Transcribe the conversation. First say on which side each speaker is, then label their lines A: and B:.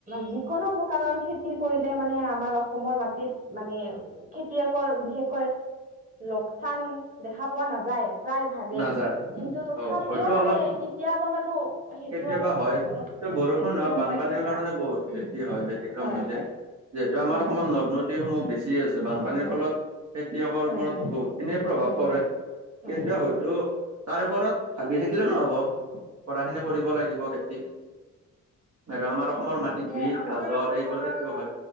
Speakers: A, on the right (about 20°); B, on the right (about 45°).
A: যিকোনো প্ৰকাৰৰ খেতি কৰিলে মানে, আমাৰ অসমৰ মাটিত মানে খেতিয়কৰ বিশেষকৈ লোকচান দেখা পোৱা নাযায় প্ৰায় ভাগেই,
B: নাযায়
A: কিন্তু তথাপিও
B: অ হয়তো
A: মানে
B: অলপ
A: কেতিয়াবা বাৰু সেইটো
B: কেতিয়াবা
A: আৰু
B: হয়,
A: অলপ
B: ত'
A: মানে
B: বৰষুণ
A: ব্যতিক্ৰম
B: হক বানপানীৰ
A: হয় কেতিয়াবা
B: কাৰণে বহুত
A: উম
B: খেতি
A: উম
B: হয় ব্যতিক্ৰম
A: হয়
B: হৈ যায়।
A: হয়
B: যিহেতু আমাৰ
A: হয়
B: অসমৰ
A: হয়
B: নদ-নদীসমূহ বেছি আছে। বানপানীৰ
A: হয় হয়
B: ফলত খেতিয়কৰ
A: হয়
B: ওপৰত
A: হয়
B: বহুতখিনি প্ৰভাৱ
A: হয়
B: পৰে,
A: হয়
B: কিন্তু
A: হয়
B: হয়তো তাৰ ওপৰত ভাবি থাকিলেও নহ'ব, কৰাখিনি কৰিব লাগিব খেতি। আৰু আমাৰ অসমৰ
A: অ', গতিকে
B: মাটিত বিট
A: আপোনালোকৰ!
B: গাজৰ এইবোৰ খেতিও
A: হয়,